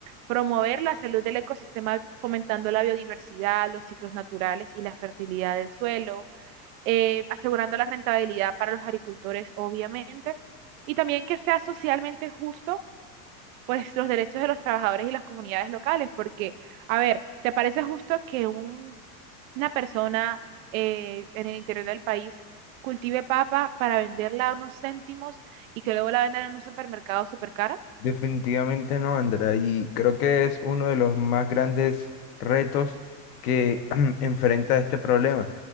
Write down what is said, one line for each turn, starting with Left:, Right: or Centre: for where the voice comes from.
Right: promover la salud del ecosistema fomentando la biodiversidad, los ciclos naturales y la fertilidad del suelo, eh, asegurando la rentabilidad para los agricultores, obviamente, y también que sea socialmente justo pues los derechos de los trabajadores y las comunidades locales, porque, a ver, ¿te parece justo que un- una persona eh, en el interior del país cultive papa para venderla a unos céntimos y que luego la vendan en un supermercado súper cara?
Left: Definitivamente no, Andrea, y creo que es uno de los más grandes retos que <clears throat> enfrenta este problema.